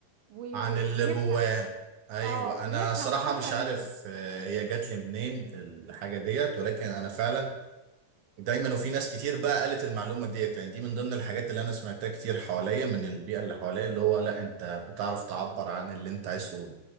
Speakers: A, on the right (about 80°); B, on the right (about 70°).
A: وي-
B: عن
A: وي-
B: اللي
A: ويفهم
B: جواه ايوه
A: اه ويفهم
B: انا صراحه
A: حصل
B: مش عارف
A: ايه
B: آه، هي جات لي منين الحاجه ديت ولكن انا فعلا دايما وفي ناس كتير بقى قالت المعلومه ديت يعني دي من ضمن الحاجات اللي انا سمعتها كتير حواليا من البيئه اللي حواليا اللي هو لا انت بتعرف تعبر عن اللي انت عايز تقوله